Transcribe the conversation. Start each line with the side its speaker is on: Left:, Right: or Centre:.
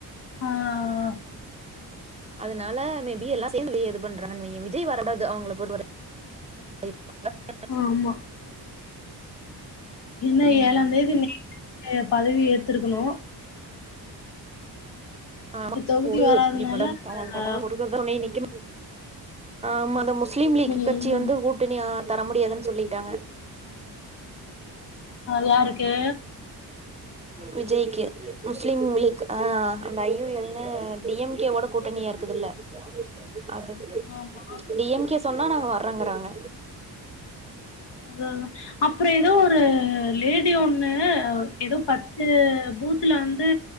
Left: ஆ
Right: அதனால மேபி எல்லா சேந்து வெளிய இது பண்றான்னு வெய்யி விஜய் வரக்கூடாது அவங்கள பொறுத்த வர <inaudible>
Left: ஆமா என்ன
Right: ம்.
Left: ஏழாந்தேதி நைட்டு பதவி ஏத்திருக்கணு
Right: ஆமா
Left: இப்ப தொகுதி
Right: <inaudible>
Left: வராதனால
Right: இப்டி பண்றாங்க அவங் கடவுள்
Left: ஆ
Right: முருகர்தா துணை நிக்க ஆமா இந்த முஸ்லீம் லீக்கு
Left: ம்
Right: கட்சி வந்து ஓட் டுனியா தர முடியாதுன்னு சொல்லிட்டாங்க
Left: அது யாருக்கே
Right: விஜய்க்கு முஸ்லிம் லீக் ஆ அந்த ஐ யு எல்னு டி எம் கே ஓட கூட்டணியா இருக்குதுல்ல அது
Left: ஆமா
Right: டி எம் கே சொன்னா நாங்க வர்றங்குறாங்க
Left: அதா தா அப்றோ ஏதோ ஒரு லேடி ஒண்ணு ஏதோ பத்து பூத்துல வந்து